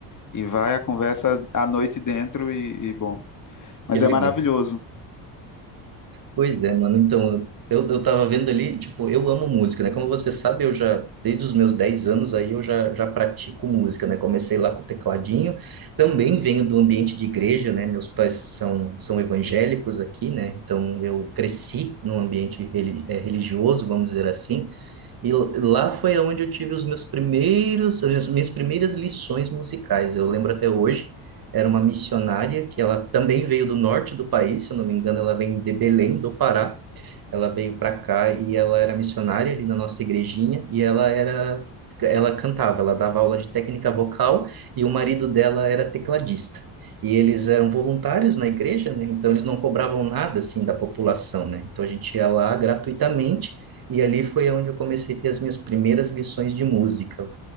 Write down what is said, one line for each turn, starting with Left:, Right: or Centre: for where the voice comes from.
Left: E vai a conversa à noite dentro e, e bom. Mas
Right: Que legal.
Left: é maravilhoso.
Right: Pois é, mano. Então, eu, eu tava vendo ali, tipo, eu amo música, né? Como você sabe, eu já, desde os meus 10 anos aí, eu já, já pratico música, né? Comecei lá com o tecladinho. Também venho do ambiente de igreja, né? Meus pais são, são evangélicos aqui, né? Então, eu cresci num ambiente reli- eh, religioso, vamos dizer assim. E l- lá foi onde eu tive os meus primeiros, as minhas minhas primeiras lições musicais. Eu lembro até hoje era uma missionária que ela também veio do norte do país, se eu não me engano, ela vem de Belém, do Pará. Ela veio para cá e ela era missionária ali na nossa igrejinha e ela era ela cantava, ela dava aula de técnica vocal e o marido dela era tecladista. E eles eram voluntários na igreja, né? Então eles não cobravam nada assim da população, né? Então a gente ia lá gratuitamente e ali foi onde eu comecei a ter as minhas primeiras lições de música.